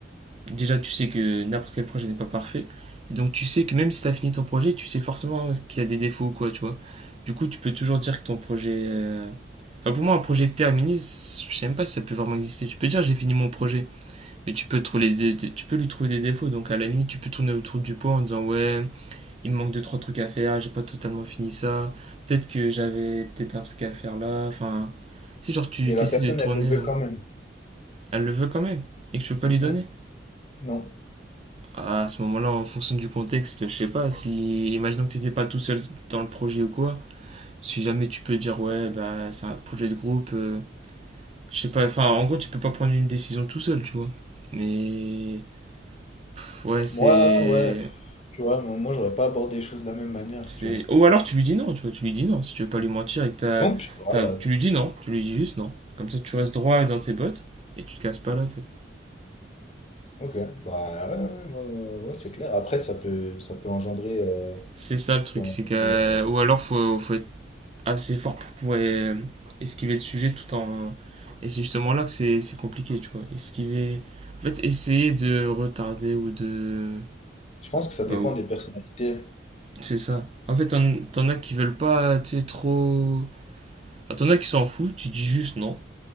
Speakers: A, on the right; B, on the left.
A: déjà tu sais que n'importe quel projet n'est pas parfait. Et donc tu sais que même si tu as fini ton projet, tu sais forcément qu'il y a des défauts ou quoi, tu vois. Du coup, tu peux toujours dire que ton projet... euh, Enfin, pour moi, un projet terminé, c- je sais même pas si ça peut vraiment exister. Tu peux dire j'ai fini mon projet, mais tu peux, trouver des- des- tu peux lui trouver des défauts. Donc à la limite, tu peux tourner autour du pot en disant ouais, il me manque deux trois trucs à faire, j'ai pas totalement fini ça. Peut-être que j'avais peut-être un truc à faire là. Enfin, tu sais, genre tu
B: Et
A: t'essaies
B: la personne,
A: de tourner,
B: elle le veut
A: euh,
B: quand même.
A: elle le veut quand même, et que je peux pas lui donner.
B: Hmm. Non.
A: À ce moment-là, en fonction du contexte, je sais pas, si, imaginons que tu n'étais pas tout seul dans le projet ou quoi, si jamais tu peux dire, ouais, bah, c'est un projet de groupe, euh, je sais pas, enfin, en gros, tu peux pas prendre une décision tout seul, tu vois. Mais, pff, ouais, c'est.
B: Moi, ouais, pff, tu vois, moi, moi, j'aurais pas abordé les choses de la même manière,
A: c'est-
B: tu vois.
A: Ou alors tu lui dis non, tu vois, tu lui dis non, si tu veux pas lui mentir et que t'as,
B: Donc, voilà.
A: t'as- tu lui dis non, tu lui dis juste non. Comme ça, tu restes droit dans tes bottes et tu te casses pas la tête.
B: Ok. Bah ouais, ouais, ouais, ouais, ouais, c'est clair. Après, ça peut, ça peut engendrer. euh,
A: C'est ça le
B: ça
A: truc,
B: peut engendrer,
A: c'est que.
B: euh,
A: Ou alors, faut, faut être assez fort pour pouvoir euh, esquiver le sujet tout en. Et c'est justement là que c'est c'est compliqué, tu vois. Esquiver. En fait, essayer de retarder ou de.
B: je pense que ça dépend
A: Bah, ou-
B: des personnalités.
A: c'est ça. En fait, t'en t'en as qui veulent pas, tu sais, trop. Enfin, t'en as qui s'en foutent, tu dis juste non.